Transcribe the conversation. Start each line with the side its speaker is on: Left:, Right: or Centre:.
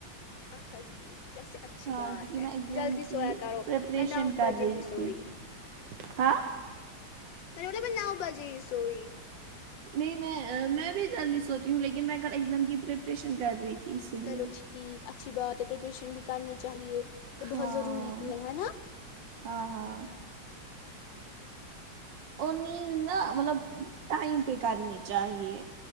Left: اچھا ٹھیک ویسے اچھی
Right: ہاں
Left: بات
Right: کیونکہ
Left: ہے
Right: میں ایگزام
Left: جلدی
Right: کی
Left: سویا کرو
Right: پریپریشن
Left: میں نو
Right: کر
Left: بجے
Right: رہی
Left: ہی سوئی
Right: تھی ہاں
Left: پ وہلاے میں نو بجے سوئی
Right: نہیں میں میں بھی جلدی سوتی ہوں لیکن میں کل ایگزام کی پریپریشن کر رہی تھی اسی لیے
Left: چلو ٹھیک اچ اچھی باتت ہے پریپریشن بھی کرنی چاہیے یہ
Right: ہاں
Left: بہت ضروری ہے ہے نا
Right: ہاں ہاں اور نیند نا مطلب ٹائم پہ کرنی چاہیے